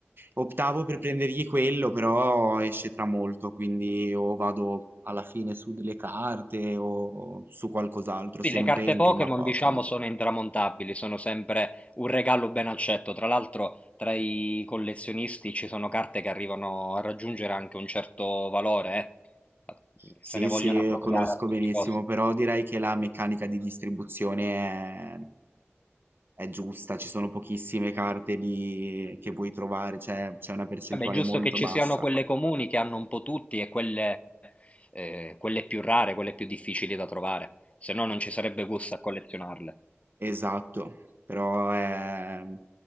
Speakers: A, on the right (about 50°); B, on the left (about 30°).
A: Optavo per prendergli quello, però esce tra molto, quindi o vado alla fine su delle carte o su qualcos'altro,
B: Sì,
A: sempre
B: le carte
A: in
B: Pokémon,
A: tema Pokémon.
B: diciamo, sono intramontabili, sono sempre un regalo ben accetto. Tra l'altro, tra i collezionisti ci sono carte che arrivano a raggiungere anche un certo valore, eh.
A: Sì,
B: Se ne vogliono
A: sì,
B: appropriare
A: conosco
B: a tutti
A: benissimo,
B: i costi.
A: però direi che la meccanica di distribuzione è, è giusta, ci sono pochissime carte di- che puoi trovare, cioè c'è una percentuale
B: Vabbè, è giusto
A: molto
B: che ci
A: bassa.
B: siano quelle comuni che hanno un po' tutti e quelle, eh, quelle più rare, quelle più difficili da trovare, se no non ci sarebbe gusto a collezionarle.
A: Esatto, però ehm,